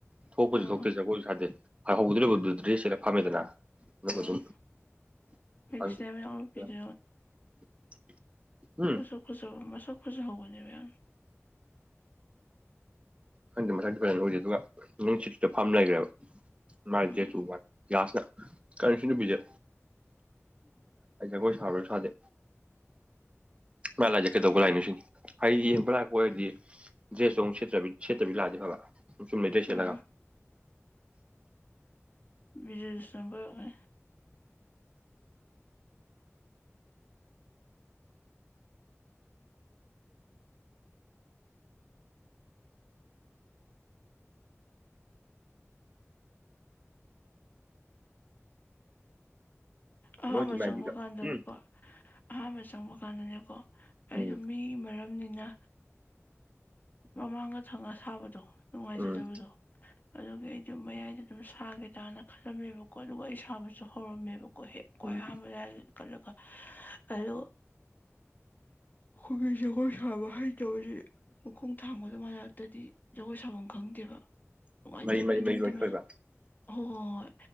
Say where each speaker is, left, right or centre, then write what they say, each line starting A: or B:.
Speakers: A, on the right; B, on the left.
A: ꯊꯣꯛꯄꯁꯨ
B: ꯑꯥ
A: ꯊꯣꯛꯇꯦ ꯖꯒꯣꯏꯁꯨ ꯁꯥꯗꯦ ꯍꯣꯏ ꯍꯧꯕꯗ ꯂꯕꯗꯨ ꯗ꯭ꯔꯦꯁ ꯍꯦꯂ ꯐꯝꯃꯦꯗꯅ <unintelligible>
B: ꯎꯝ ꯃꯤꯛꯁꯅꯦ ꯃꯅꯥꯎ ꯅꯨꯄꯤꯗꯨ
A: ꯍꯨꯝ
B: ꯃꯁ ꯈꯨꯁꯤ ꯃꯁ ꯈꯨꯁꯤ ꯍꯒꯅꯦꯕ
A: ꯍꯪꯗꯦ ꯃꯊꯪꯛꯇ ꯐꯖꯅ ꯎꯖꯩ ꯑꯗꯨꯒ ꯅꯨꯡꯁꯤꯠꯇꯗ ꯐꯥꯝ ꯂꯩꯈ꯭ꯔꯦꯕ ꯃꯥꯏꯦ
B: ꯎꯝ
A: ꯆ ꯃꯥꯥꯁ ꯀꯟꯅꯨ ꯄꯤꯖ ꯀꯣꯏ ꯁꯕ ꯁꯥꯗꯦ ꯃꯂꯖꯦ ꯀꯩ ꯇꯧꯕꯧꯕ ꯂꯥꯏꯅ ꯁꯤ ꯍꯥꯏꯌꯦꯕ ꯀ ꯍꯥꯏꯌꯦ ꯗ꯭ꯔꯦꯁꯇꯣꯨꯦꯠꯇ ꯁꯦꯠꯇ꯭ꯔꯕꯤ ꯂꯑꯦ ꯐꯕꯕꯥ ꯁꯨ ꯃꯗꯦꯁꯦꯂꯒ
B: ꯑꯥ ꯕꯤꯖꯦ ꯁꯦꯝꯄꯔꯒꯅꯦ ꯑꯍꯥꯟꯕ
A: ꯅꯣꯏꯗꯤ ꯃꯥꯏꯕꯤꯒ
B: ꯆꯪꯕ ꯀꯥꯟꯗꯗꯤꯀꯣ
A: ꯎꯝ
B: ꯑꯍꯥꯟꯕ ꯆꯪꯕ ꯀꯥꯟꯗꯅꯦꯀꯣ ꯑꯩꯗꯣ
A: ꯎꯝ
B: ꯃꯤ ꯃꯔꯝ ꯑꯗꯨꯝꯅꯤꯅ ꯃꯃꯥꯡꯗ ꯊꯪꯉ ꯁꯥꯕꯗꯣ ꯅꯨꯡꯉꯥꯏꯖꯗꯕꯗꯣ
A: ꯎꯝ
B: ꯑꯗꯨꯒꯤ ꯑꯩꯗꯤ ꯃꯌꯥꯏ ꯑꯗꯨꯝ ꯁꯥꯒꯦ ꯇꯅ ꯈꯜꯂꯝꯃꯦꯕꯀꯣ ꯑꯗꯨꯒ ꯑꯩ ꯁꯥꯕꯁꯨ ꯍꯧꯔꯝꯃꯦꯕꯀꯣ ꯍꯦꯛꯀꯣ
A: ꯎꯝ
B: ꯑꯌꯥꯝꯥꯟꯕꯗ ꯍꯂꯣ ꯈꯨꯖꯒꯣ ꯁꯕ ꯍꯥꯏꯩ ꯇꯦ ꯃꯈꯣꯡ ꯊꯥꯡꯕꯗꯨ ꯃꯔꯥꯏꯅꯥꯛꯇꯗꯤ ꯖꯒꯣꯏ ꯁꯥꯐꯝ ꯈꯪꯗꯦꯕ ꯅꯨꯡꯉꯥꯏꯖꯕ
A: ꯃꯔꯤ ꯃꯔꯤ
B: ꯏꯅꯤꯡꯝꯅ
A: ꯃꯔꯤ ꯂꯣꯏ ꯁꯣꯏꯕ
B: ꯍꯣꯏ ꯍꯣꯏ ꯍꯣꯏ